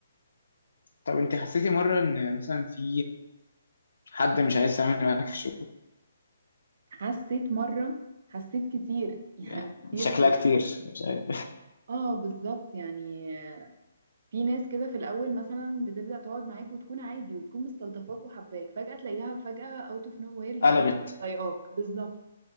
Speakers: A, on the left (about 80°); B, on the right (about 55°).
A: طب انت حسيتي مرة ان مثلا في حد مش عايز تعمل معاك في الشغل
B: حسيت مرة حسيت كتير <laughs> يعني
A: يعني
B: كتير
A: شكلها
B: في
A: كتير مش عارف
B: اه بالظبط يعني في ناس كده في الاول مثلا بتبدأ تقعد معاك وتكون عادي وتكون مستلطفاك وحباك فجأة تلاقيها فجأة اوت اوف نو وير هي
A: <laughs> قلبت
B: مش طايقاك بالظبط